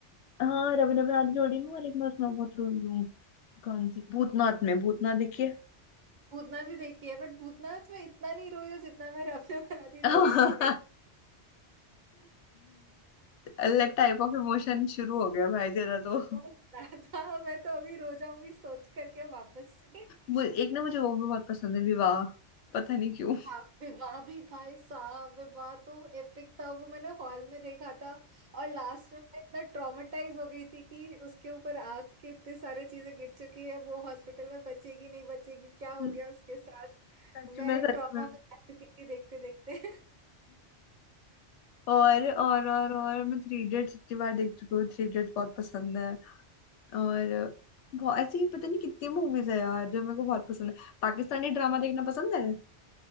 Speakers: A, on the left; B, on the right.
A: हाँ रब ने बना दी जोड़ी में और एक मैं उसमें बहुत रोई हूँ कौन सी भूतनाथ में भूतनाथ देखिए
B: भूतनाथ भी देखी है बट भूतनाथ में इतना नहीं रोई हूँ जितना मैं रफे बराती
A: हम्म।
B: जोड़ी में रोई
A: अलग टाइप ऑफ इमोशन शुरू हो गया भाई तेरा तो
B: बहुत ज्यादा मैं तो अभी रो जाऊंगी सोच करके वापस से
A: मु- एक ना मुझे वो भी बहुत पसंद है विवाह पता नहीं क्यों
B: हाँ विवाह भी भाई साहब विवाह तो एपिक था वो मैंने हॉल में देखा था और लास्ट में मैं इतना ट्रॉमेटाइज हो गई थी कि उसके ऊपर आग के इतने सारे चीजें गिर चुकी है वो हॉस्पिटल में बचेगी नहीं बचेगी क्या हो
A: हम्म,
B: गया उसके साथ
A: सच
B: मैं
A: में सच
B: ट्रॉमा
A: में
B: में आ चुकी थी देखते देखते <laughs>
A: और और और और मैं थ्री इडियट्स इतनी बार देख चुकी हूँ थ्री इडियट्स बहुत पसंद है और बहुत ऐसी पता नहीं कितनी मूवीज है यार जो मेरे को बहुत पसंद है पाकिस्तानी ड्रामा देखना पसंद है